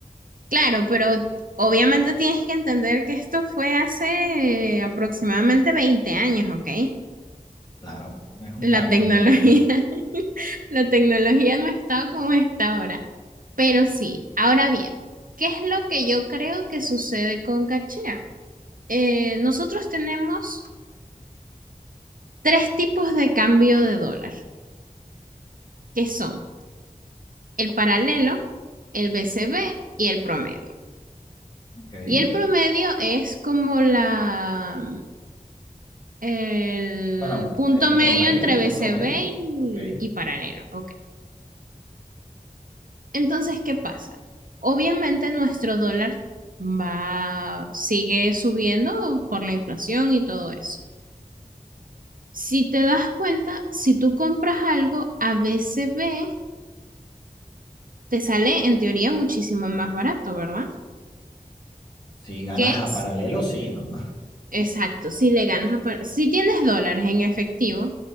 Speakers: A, on the right; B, on the left.
A: Claro, pero obviamente tienes que entender que esto fue hace eh, aproximadamente 20 años, ¿ok?
B: Claro, es un
A: la
B: cambio
A: tecnología,
B: muy grande.
A: <laughs> la tecnología no ha estado como está ahora, pero sí. Ahora bien, ¿qué es lo que yo creo que sucede con Cachea? Eh, nosotros tenemos tres tipos de cambio de dólar, que son el paralelo, el BCB y el promedio.
B: Ok.
A: Y el promedio es como la el
B: Bueno,
A: punto
B: el
A: medio
B: promedio,
A: entre
B: el punto
A: BCB
B: medio, ok.
A: y, y paralelo, ¿ok? Entonces, ¿qué pasa? Obviamente nuestro dólar va, sigue subiendo por la inflación y todo eso. Si te das cuenta, si tú compras algo a B C B te sale en teoría muchísimo más barato, ¿verdad?
B: Si ganas
A: Que
B: a paralelo, sí, ¿no?
A: exacto, si le ganas a si tienes dólares en efectivo